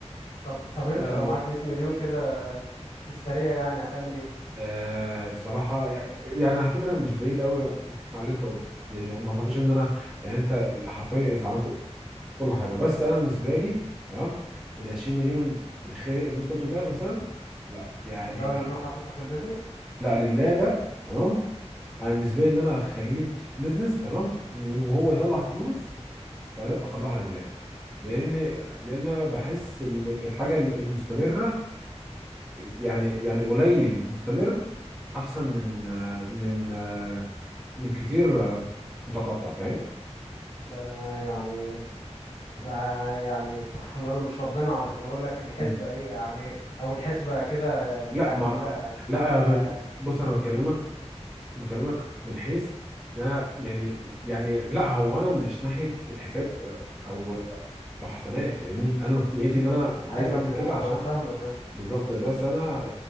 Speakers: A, on the left; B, in the centre.
A: طب طب
B: اشتغل
A: انت لو
B: بقى
A: معاك 100 مليون كده في السريع يعني هتعمل ايه
B: آه الصراحه يعني على فكره مش بعيد قوي على اللي انت قلته يعني ما اعتقدش ان انا يعني انت حرفيا انت عملت كل حاجه بس انا بالنسبه لي تمام ال 20 مليون الخير اللي انت قلته ده مثلا لا يعني
A: اللي هو اللي
B: آه،
A: انا حاططها في البيزنس
B: لا لله ده تمام انا بالنسبه لي ان انا اخليه بزنس تمام وهو يطلع فلوس بعدين أبقى اطلعها لله لان لان أنا بحس ال- الحاجه المستمره يعني يعني قليل مستمر احسن من من من كتير متقطع فاهم
A: ده أنا يعني مش ع- يعني استغفر الله انا مش ربنا علشان اقول لك الحسبه
B: مم.
A: ايه يعني او الحسبه كده مش
B: لا
A: عارف
B: ما
A: ايه لا يعني
B: لا ب-
A: آه،
B: بص انا بكلمك بكلمك من حيث إن انا يعني يعني لا هو انا مش ناحيه الحساب او او حسنات فاهمني انا نيتي ان انا عايز
A: اي
B: اعمل كده
A: انا
B: عشان
A: ما فاهمك
B: بالظبط بس انا